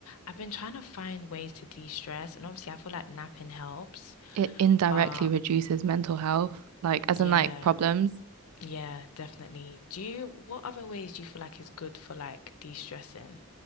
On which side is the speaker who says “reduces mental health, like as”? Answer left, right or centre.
Right